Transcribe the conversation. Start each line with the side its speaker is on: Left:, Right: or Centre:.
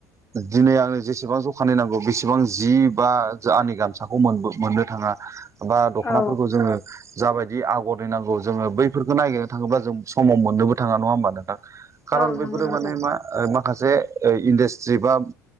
Right: दिनै आंङो जेसेबां ज'खानि नांगौ बेसेबां जि बा जा आंनि गामसाखौ मोनबो मोननो थाङा। बा दख'नाफोरखौ
Left: औ
Right: जोङो जाबायदि आगर निनांगौ जोङो बैफोरखौ नागिरनो थाङोब्ला जों समाव मोननोबो थाङा नङा होमबा नोंथां। खारन
Left: औ
Right: बैफोरो
Left: नंगौ नोंथां
Right: माने मा ओ माखासे इन्डास्ट्रि बा